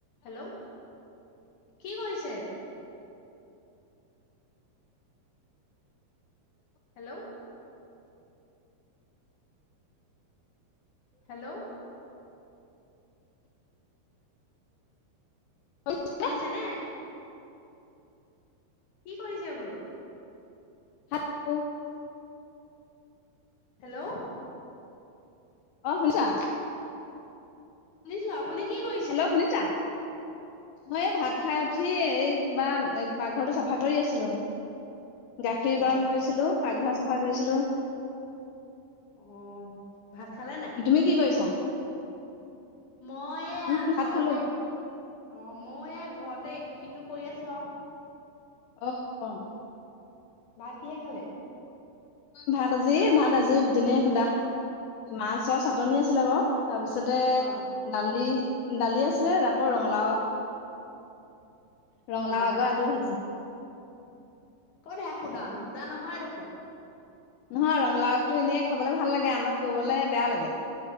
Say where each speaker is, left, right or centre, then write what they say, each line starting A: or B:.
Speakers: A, on the left; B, on the left.
A: হেল্ল', কি কৰিছে? হেল্ল'। হেল্ল'।
B: শুনিছা
A: শুনিছে নে? কি কৰিছে বোলো?
B: <unintelligible>
A: হেল্ল'।
B: অ', শুনিছা?
A: শুনিছো, আপুনি কি কৰিছে?
B: হেল্ল', শুনিছা? হয় এই ভাত খাই উঠি এই কিবা এ পাকঘৰটো চাফা কৰি আছিলোঁ। গাখীৰ
A: অ
B: গৰম কৰিছিলোঁ, পাকঘৰ চফা কৰিছিলোঁ।
A: অ' ভাত খালে নাই?
B: তুমি কি কৰিছা?
A: মই এয়া
B: উম ভাত
A: ঘৰতে
B: খালো
A: <unintelligible> মই এ ঘৰতেই ত' সিটো কৰি আছো আৰু।
B: অ', অ'।
A: ভাত কিহে খালে?
B: ভাত আজি ভাত আজি যেনে সুধা। মাছৰ চাটনি আছিলে বাৰু। তাৰপিছতে
A: অ
B: দালি, দালি আছিলে ৰাকৌ ৰঙালাও ৰঙালাও
A: অ
B: <unintelligible> আলু ভাজি।
A: ক'ত এয়া সুদা নো সুদা নহয় দেখোন।
B: নহয় ৰঙালাওটো এনে খাবলে ভাল লাগে আনক ক'বলে বেয়া লাগে।